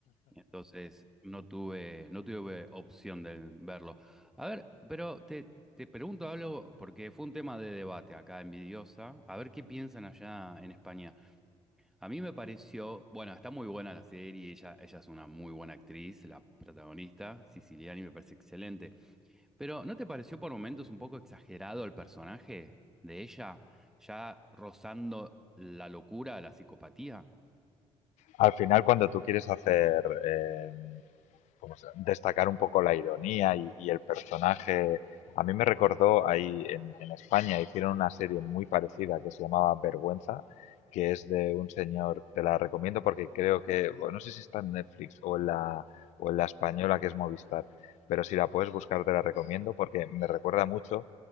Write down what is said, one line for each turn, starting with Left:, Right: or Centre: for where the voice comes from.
Centre: entonces no tuve, no tuve opción de verlo. A ver, pero te, te pregunto algo, porque fue un tema de debate acá, Envidiosa, a ver qué piensan allá en España A mí me pareció, bueno, está muy buena la serie, ella, ella es una muy buena actriz, la protagonista, Siciliani, me parece excelente, pero ¿no te pareció por momentos un poco exagerado el personaje de ella, ya rozando la locura, la psicopatía?
Left: Al final, cuando tú quieres hacer eh, pues, destacar un poco la ironía y, y el personaje. A mí me recordó ahí en, en España, hicieron una serie muy parecida que se llamaba Vergüenza, que es de un señor, te la recomiendo porque creo que, bueno, no sé si está en Netflix o en la, o en la española que es Movistar, pero si la puedes buscar te la recomiendo porque me recuerda mucho